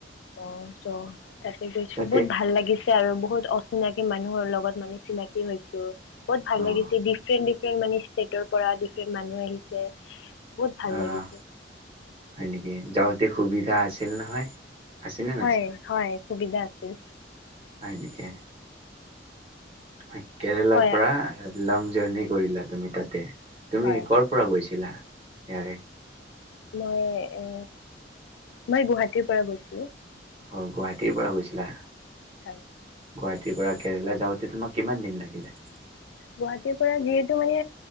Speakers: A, on the left (about 80°); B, on the right (about 30°).
A: অ', চ' তাতে গৈছোঁ,
B: তাতে
A: বহুত ভাল লাগি তে আৰু বহুত অচিনাকি মানুহৰ লগত মানে চিনাকি হৈছোঁ। বহুত ভাল
B: অ',
A: লাগিছ ডিফৰেণ্ট ডিফৰেণ্ট মানে ষ্টেটৰ পৰা ডিফৰেণ্ট মানুহ আহিছে। বহুত ভাল
B: অ',
A: লাগিছে
B: হয় নিকি? যাওঁতে সুবিধা আছিল নহয়। আছেনে নাছিল?
A: হয়, হয়, সুবিধা আছিল।
B: নেকি হয়, কেৰেলাৰ
A: হয়
B: পৰা আহে লং জাৰ্নি কৰিলা তুমি তাতে। তুমি
A: হয়
B: ক'ৰ পৰা গৈছিলা? ইয়াৰে
A: মই এ, মই গুৱাহাটীৰ পৰা গৈছোঁ।
B: অ', গুৱাহাটীৰ পৰা গৈছিলা?
A: হয়।
B: গুৱাহাটীৰ পৰা কেৰেলা যাওঁতে তোমাক কিমান দিন লাগিলে?
A: গুৱাহাটীৰ পৰা যিহেতু মানে